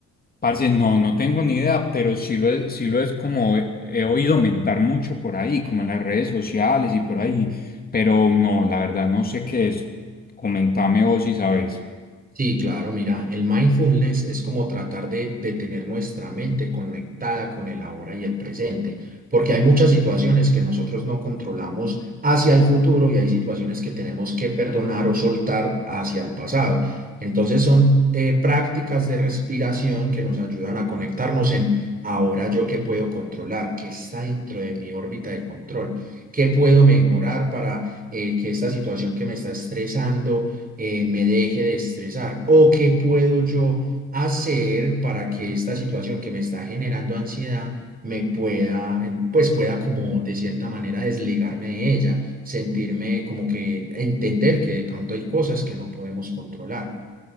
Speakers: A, on the left (about 30°); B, on the right (about 30°).
A: Parce, no, no tengo ni idea, pero sí lo es, sí lo es como he, he oído mentar mucho por ahí, como en las redes sociales y por ahí, pero no, la verdad no sé qué es. Comentame vos si sabes.
B: Sí, claro, mira, el mindfulness es como tratar de, de tener nuestra mente conectada con el ahora y el presente, porque hay muchas situaciones que nosotros no controlamos hacia el futuro y hay situaciones que tenemos que perdonar o soltar hacia el pasado. Entonces son eh, prácticas de respiración que nos ayudan a conectarnos en ahora yo qué puedo controlar, qué está dentro de mi órbita de control, qué puedo mejorar para eh, que esta situación que me está estresando eh, me deje de estresar? ¿O qué puedo yo hacer para que esta situación que me está generando ansiedad me pueda, eh, pues pueda como de cierta manera desligarme de ella, sentirme como que entender que de pronto hay cosas que no podemos controlar?